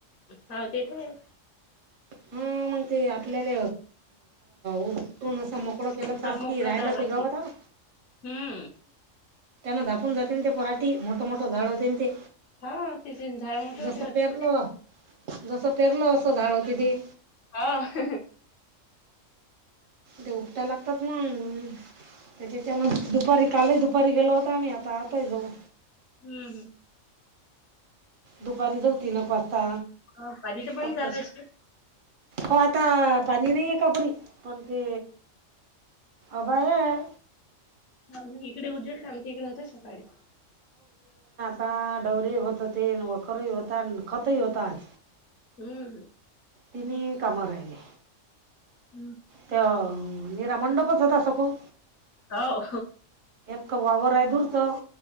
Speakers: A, on the left; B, on the right.
A: हा. तेेत आहेच.
B: हम. मग ते आपल्याला उटून आस मोकळ केल
A: मोकळं
B: रात्री
A: मोकळं
B: राहायला
A: करावं लागते
B: तर जावं लागल.
A: हम्म.
B: त्यांना झाकून जायला ते पोराठी मोठ मोठ झाड होतेन ते
A: हा तिच अन झाडा मोठ होतील
B: जसं पेरलं जसं पेरलं असं झाड होते ते.
A: हा.
B: ते उपटाय लागतात मग त्याच्याचान दुपारी कालही दुपारी गेलो होतो आम्ही आणि आता ही जाऊ.
A: हम्म, हम्म.
B: दुपारी जाऊ तीन एक वाजता
A: हा पाणी तर बंद
B: ता
A: झालं असेल.
B: हो आता. पाणी नाही आहे का बरी पण ते आभाळ आहे
A: नाही इकडे उजाडलं आमच्या इकडे होतं सकाळी.
B: ता डवरेही होत होते अन वखरही होत अन खतही होत आज.
A: हम्म.
B: तिनी काम राहिले.
A: हम्म.
B: त्या निरामंडपच होता सखो.
A: हां.
B: एक वावर आहे दुरचं